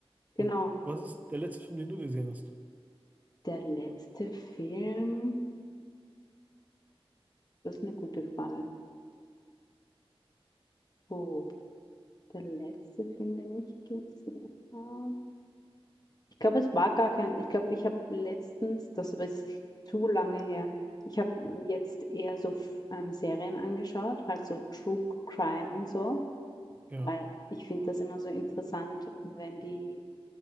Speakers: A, on the left; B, on the right.
A: genau.
B: ja. Was ist der letzte Film, den du gesehen hast?
A: Der letzte Film. Das ist eine gute Frage. Oh, der letzte Film, den ich gesehen habe. Ich glaube, es war gar kein. Ich glaube, ich habe letztens, das aber ist zu lange her, ich habe jetzt eher so ähm, Serien angeschaut, halt so True Crime und so,
B: Ja.
A: weil ich finde das immer so interessant, wenn die